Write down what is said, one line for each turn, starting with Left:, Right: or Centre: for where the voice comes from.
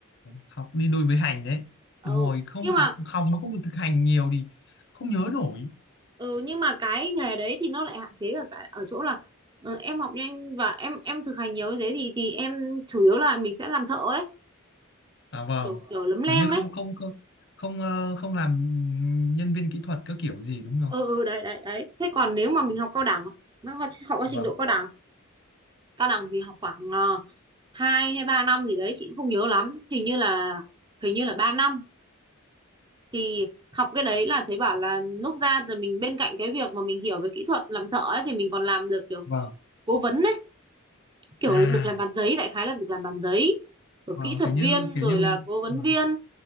Left: học đi đôi với hành đấy
Right: ờ
Left: đúng rồi không
Right: nhưng
Left: học
Right: mà
Left: học mà không được thực hành nhiều thì không nhớ nổi
Right: ừ, nhưng mà cái nghề đấy thì nó lại hạn chế ở cái ở chỗ là ờ, em học nhanh và em em thực hành nhiều như thế thì thì em chủ yếu là mình sẽ làm thợ ấy
Left: à vâng
Right: kiểu kiểu lấm lem
Left: kiểu như
Right: ấy
Left: không không không không ờ, không làm nhân viên kỹ thuật các kiểu gì đúng không
Right: ừ ừ đấy đấy đấy thế còn nếu mà mình học cao đẳng nó có học có
Left: vâng
Right: trình độ cao đẳng cao đẳng thì học khoảng ờ, hai hay ba năm gì đấy chị cũng không nhớ lắm hình như là hình như là ba năm thì học cái đấy là thấy bảo là lúc ra rồi mình bên cạnh cái việc mà mình hiểu về kỹ thuật làm thợ ấy thì mình còn làm được kiểu
Left: vâng
Right: cố vấn ấy kiểu
Left: à
Right: là được làm bàn giấy đại khái là được làm bàn giấy rồi
Left: vâng
Right: kỹ thuật
Left: kiểu như
Right: viên
Left: kiểu
Right: rồi
Left: như
Right: là cố vấn
Left: vâng.
Right: viên